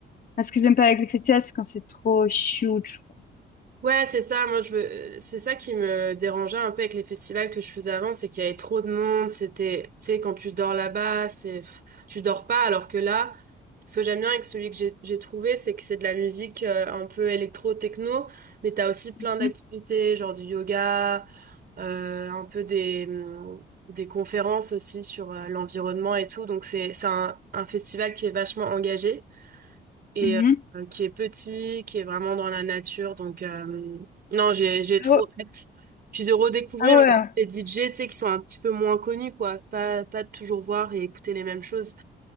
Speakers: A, on the left; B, on the right.
A: Moi, Ce que j'aime pas avec les festivals, c'est quand c'est trop huge, quoi.
B: ouais, c'est ça. Moi, je veux- c'est ça qui me dérangeait un peu avec les festivals que je faisais avant, c'est qu'il y avait trop de monde. C'était, tu sais, quand tu dors là-bas, c'est, pff, tu dors pas. Alors que là, ce que j'aime bien avec celui que j'ai j'ai trouvé, c'est que c'est de la musique euh, un peu électro-techno, mais t'as aussi plein d'activités,
A: Mhm,
B: genre du yoga, euh, un peu des hum, des conférences aussi sur euh, l'environnement et tout. Donc c'est c'est un un festival qui est vachement engagé. et
A: mhm.
B: euh, qui est petit, qui est vraiment dans la nature. Donc, euh, non, j'ai, j'ai trop
A: Ah ouais,
B: hâte. Puis de redécouvrir
A: ah ouais.
B: les DJ, tu sais, qui sont un petit peu moins connus, quoi. Pas, pas de toujours voir et écouter les mêmes choses.